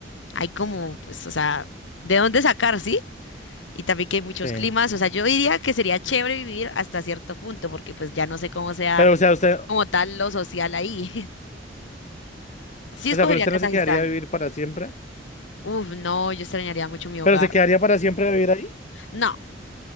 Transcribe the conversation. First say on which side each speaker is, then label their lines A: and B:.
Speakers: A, on the left; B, on the left.
A: hay como, pues, o sea, de dónde sacar, ¿sí? Y también que hay muchos
B: Sí.
A: climas, o sea, yo diría que sería chévere vivir hasta cierto punto, porque pues ya no sé cómo sea
B: Pero, o sea, usted, o
A: como tal lo social ahí. <laughs> Sí escogería
B: sea, pero usted
A: Kazajistán.
B: no se quedaría a vivir para siempre.
A: Uf, no, yo extrañaría mucho mi hogar.
B: ¿Pero se quedaría para siempre a vivir ahí?
A: No,